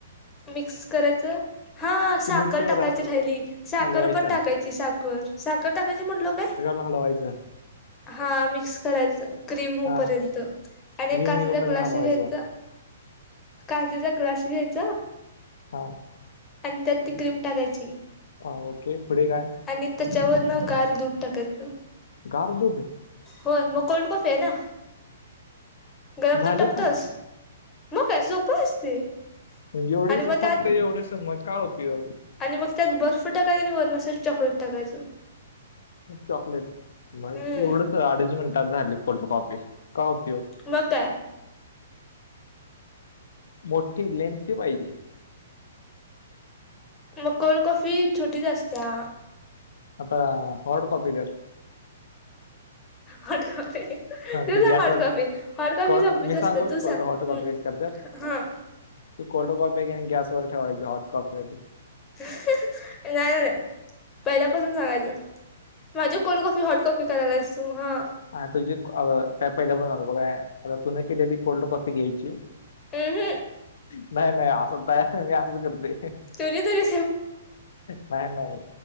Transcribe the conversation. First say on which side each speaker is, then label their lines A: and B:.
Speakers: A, on the left (about 20°); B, on the left (about 60°).
A: मिक्स करायच हां
B: की
A: साखर
B: मिक्स करा
A: टाकायची राहिली साखर
B: हलवायचा
A: पण टाकायची साखर साखर टाकायची म्हटलो काय
B: हलवायच
A: हां मिक्स करायच क्रीम होपर्यंत
B: हा
A: आणि
B: क्रीम
A: काचेचा
B: येऊपर्यंत
A: ग्लास
B: हलवायचं
A: घ्यायचा काचेचा ग्लास घ्यायचा
B: हां
A: आणि त्यात ती क्रीम टाकायची
B: हां ओके पुढे काय
A: आणि त्याच्यावर न गार दूध टाकायच
B: गार दुध
A: होय मग कोल्ड कॉफी आहे ना गरम
B: झाली
A: दुध टाकतोस
B: पण
A: मग काय सोप असते
B: एवढेच
A: आणि मग त्यात
B: फक्त एवढेस संमत काय उपयोग
A: आणि मग त्यात बर्फ टाकायच आणि वरन अस चॉकलेट टाकायच
B: चॉकलेट मग
A: हम्म
B: एवढच अडीच मिनिटात झाली कोल्ड कॉफी काय उपयोग
A: मग काय
B: मोठी, लेंथी पाहिजे.
A: मग कोल्ड कॉफी छोटीच असत्या.
B: आता, हॉट कॉफी कर.
A: हॉट कॉफी तू
B: ते
A: सांग
B: गॅसवर
A: हॉट कॉफी, हॉट कॉफी
B: कोल्ड
A: सोप्पीच
B: मी सांगू
A: असते तु
B: कोल्ड
A: सांग
B: हॉट कॉपी
A: हम्म
B: कशी करतात
A: हा.
B: ती कोल्ड कॉपी आहे की नाय गॅस वर ठेवायची हॉट कॉफी हाय ती.
A: नाही नाही पहिल्यापासून सांगायचं माझी कोल्ड कॉफी हॉट कॉफी करायलास तू हा.
B: आय तुझी अगं काय पहिलं पण <unintelligible> बघू आय तु ने केलेली कोल्ड कॉफी घ्यायची
A: हम्म
B: नाय नाय असं होताय. मी असंच करते
A: तुझी तुझी
B: नाय नाय.